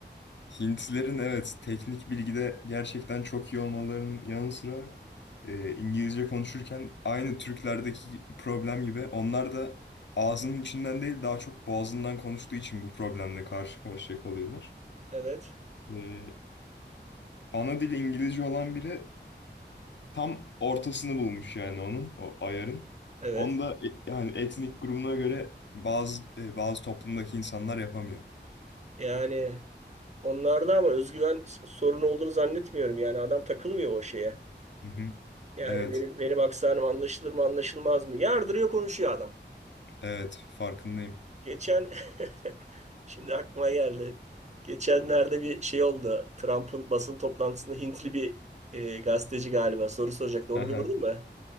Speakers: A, on the left; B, on the right.
A: Hintlilerin evet teknik bilgide gerçekten çok iyi olmalarının yanı sıra e, İngilizce konuşurken aynı Türklerdeki problem gibi onlar da ağzının içinden değil daha çok boğazından konuştuğu için bu problemle karşı karşıya kalıyorlar.
B: Evet.
A: E, ana dili İngilizce olan biri Tam ortasını bulmuş yani onun o ayarın.
B: Evet.
A: Onu da e- yani etnik grubuna göre bazı e, bazı toplumdaki insanlar yapamıyor.
B: Yani onlarda ama özgüven sorunu olduğunu zannetmiyorum. Yani adam takılmıyor o şeye.
A: Hı hı.
B: Yani
A: Evet.
B: benim benim aksanım anlaşılır mı anlaşılmaz mı? Yardırıyor konuşuyor adam.
A: Evet, farkındayım.
B: Geçen <laughs> şimdi aklıma geldi. Geçenlerde bir şey oldu. Trump'ın basın toplantısında Hintli bir e, gazeteci galiba soru soracaktı. Onu
A: Aha,
B: gördün mü?